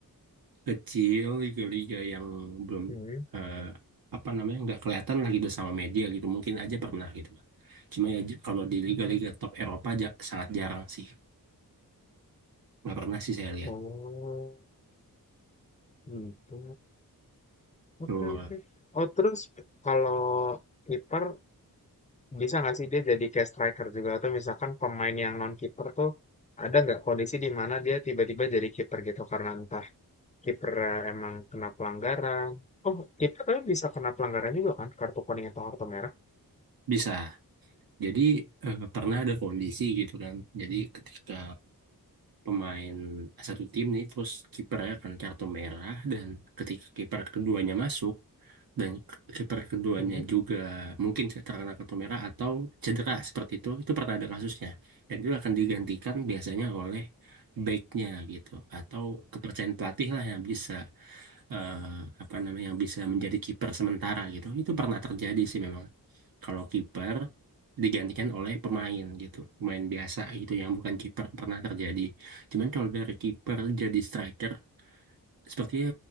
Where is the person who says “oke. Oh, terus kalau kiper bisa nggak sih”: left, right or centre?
Left